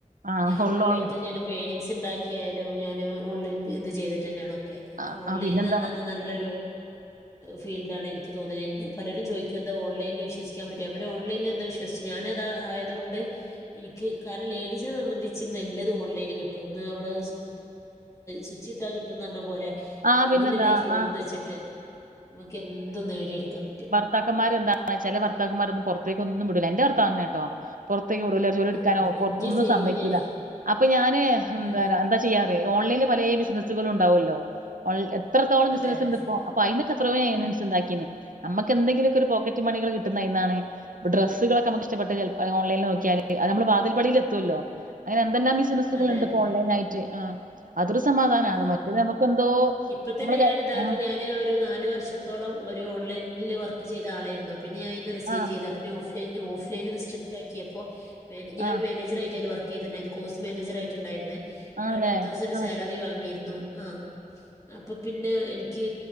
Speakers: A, on the right; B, on the left.
A: ആ
B: ഞാൻ
A: ഫുള്ള്
B: ഓൺലൈനിൽ
A: ഓൺലൈൻ
B: തന്നെയാണ് പെയിനിങ്സ് ഉണ്ടാക്കിയായാലും ഞാാന് ഓൺലൈൻ ഇത് ചെയ്തിട്ട് തന്നാണോ
A: ആ
B: ഓൺലയ്ന്ർ
A: ആ, പിന്നെന്താ
B: ഞ്ഞാനല്ലൊരു ഫീൽഡ ആാണ് എനിക്ക് തോന്നിയത് പലരും ചോദിക്ക എഹ് ഓൺലൈനിൽ വിശ്വസാൻ പറ്റും അവര് ഓൺലൈനിൽ എന്ത വിശ്വസു ഞാനത് ആയതൊണ്ട് എനിക്ക് കാരണം ലേഡീസിനെ സംബന്ധിച്ച് നല്ലതും ഓൺലൈനിൽ കിട്ടുംന്ന് നമ്മള് സുച്ചിട്ടാ കിട്ടുന്നർ ഞ്ഞപോലെ
A: ആ
B: കയ്യിലുള്ള
A: പിന്നെന്താ
B: ഈ ഫോണന്ന്
A: ആ
B: വെച്ചിട്ട് നമുക്ക് എന്തും നേടിയെടുക്കാൻ പറ്റും
A: ഭർത്താക്കന്മാർ എന്താണ് ചില വർത്താക്കന്മാർൊും പുറത്തേ ഒന്നുംടല്ല എന്റെ വർത്ത അങ്ങനെ കേട്ടോ പുറത്തേക്ക് ഇടൂല ജോലി എടുക്കാനോന്നും
B: അതെ അതെ ഇഞ്ചി സെയിം
A: സമ്മക്കില്ല
B: തന്നെയാണ്
A: അപ്പൊ ഞാന് എന്ത
B: അതെ
A: എന്താ ചെയ്യാ ഓൺലൈനിൽ പലേ ബിസിനസ്സുകള ഉണ്ടാവുമല്ലോ ഓ എത്രത്തോളം
B: അതെ
A: ബിസിനസ്സ്
B: അതെ
A: ഉണ്ട് ഇപ്പോ അപ്പൊ അതിനൊക്കെത്രയോ ഏനിങ്സ് ഉണ്ടാക്കിന്ന് നമുക്ക് എന്തങ്കിലൊക്കെ ഒരു പോക്കറ്റ് മണികൾ കിട്ടുന്നത് അയ്ന്നാ ണ്ട ഡ്രസ്സുകളൊക്കെമുക്ക് ഇഷ്ടപ്പെട്ട ഓൺലൈനിൽ നോക്ക്യാല് അത് നമ്മള് വാതില്പടിയിൽ എത്തുമല്ലോ അങ്ങനെ എന്തെല്ലാം ബിസിനസുകൾ
B: അതെ
A: ഉണ്ട്
B: അതെ
A: ഇപ്പോ ഓൺലൈൻായിട്ട് ആഹ് അതൊരു സമാധാനാണ്
B: ആഹ്
A: മറ്റത് നമക്ക് എന്തോ
B: ഇപ്പൊ തന്നെ
A: നമ്മള്
B: ഞാൻ
A: ക
B: ഇതാ ഇപ്പൊ
A: ഉം
B: ഞാന് ഒരു നാല് വർഷത്തോളം ഒരു ഓൺലൈനിൽ വർക്ക് ചെയ്ത ആളായിരുന്നു പിന്നെ ഞാൻ അയിന്ന് റിസീവ്
A: ആ ആ
B: ചെയ്ത പിന്നെ ഓഫ് ലൈന് ഓഫ് ലൈന് ഇത് സെറ്റാക്കിയപ്പൊ ഞാൻ
A: ആ
B: ഒരു മാനേജറായിട്ട് അയില് വർ ണ്ടായിരുന്നു കോഴ്സ് മാനേജറായിട്ട് ഇണ്ടായിര്ന്ന്
A: ആണല്ലേ?
B: ടെൻ തൗസന്റ്
A: ആഹ്
B: സാലറി വാങ്ങിയിരുന്നു ആഹ് അപ്പൊ പിന്നെ എനിക്ക്